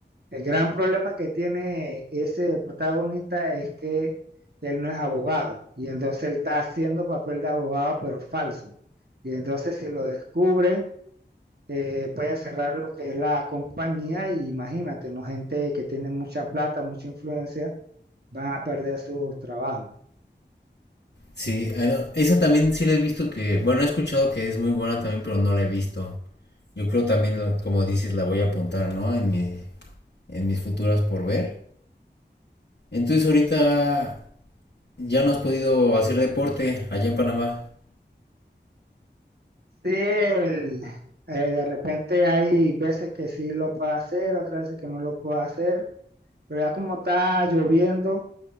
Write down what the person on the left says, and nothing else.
Sí, eh, esa también sí la he visto que, bueno, he escuchado que es muy buena también, pero no la he visto. Yo creo también, la- como dices, la voy a apuntar, ¿no? En mi, en mis futuras por ver. Entonces ahorita ya no has podido hacer deporte allá en Panamá.